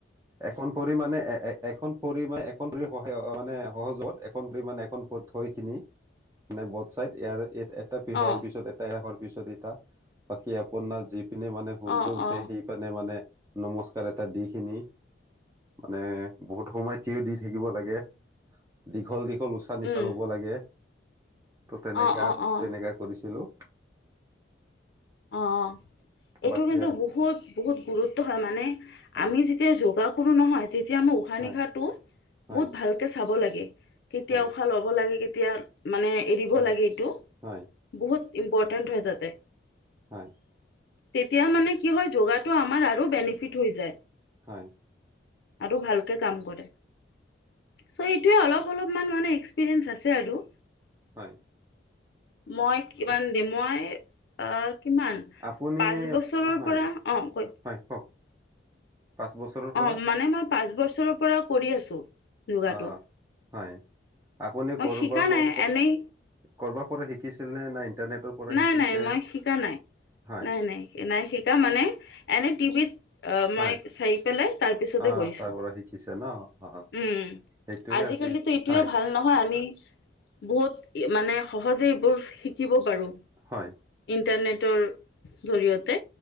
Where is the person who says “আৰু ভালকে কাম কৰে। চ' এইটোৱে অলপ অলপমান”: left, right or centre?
Left